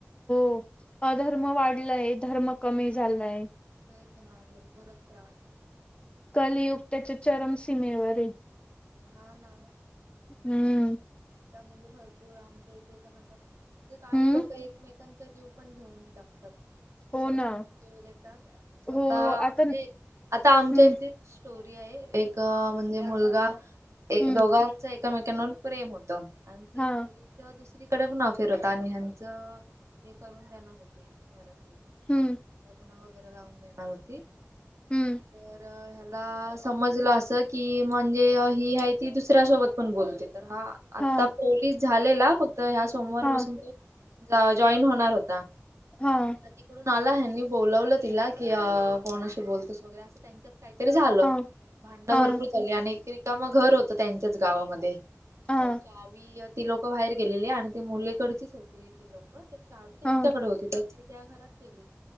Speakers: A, on the left; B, on the right.
A: हो अधर्म वाढलाय. धर्म कमी झालाय.
B: तेच ना भरपूरच त्रास.
A: कलयुग त्याच्या चरम सीमेवर आहे.
B: हा ना,
A: हम्म,
B: ते म्हणजे भरपूर आमच्याइथे पण म्हणजे काही
A: हं,
B: लोक एकमेकांना. ते जीव पण घेऊन टाकतात.
A: हो
B: स्वतः
A: ना.
B: पण जीव देतात स्वतः
A: हो आता
B: म्हणजे आता आमच्या
A: हं,
B: इथे. स्टोरी आहे. एक म्हणजे मुलगा एक
A: हं,
B: दोघांचा एकमेकांवर प्रेम होत. त आणि ती
A: हां,
B: मुलगी. तीच दुसरीकडे पण अफेअर होता आणि ह्यांचं हे करून देणार होते घरातले.
A: हम्म,
B: लग्न वगैरे लावून देणार होती
A: हं,
B: तर ह्याला. ह्याला समजलं अस की, म्हणजे ही आहे ती दुसऱ्यासोबत पण बोलते तर हा, आता
A: हां,
B: पोलीस झालेला. फक्त ह्या सोमवार
A: हां,
B: पासून तो जॉईन होणार होता.
A: हा,
B: तिकडून आला ह्यांनी बोलावलं तिला की, अ कोणाशी बोलतेस वगैरे असं त्यांच्या काहीतरी झालं
A: हां,
B: भांडण
A: हां,
B: भरपूर झाली आणि एक रिकाम घर होतं त्यांच्याच गावामध्ये.
A: हां,
B: तर चावी ती लोक बाहेर गेलेली आणि ती मुलीकडचीच होती ती लोक. चावी त्यांच्याकडे
A: हां,
B: होती. त्या घरात गेली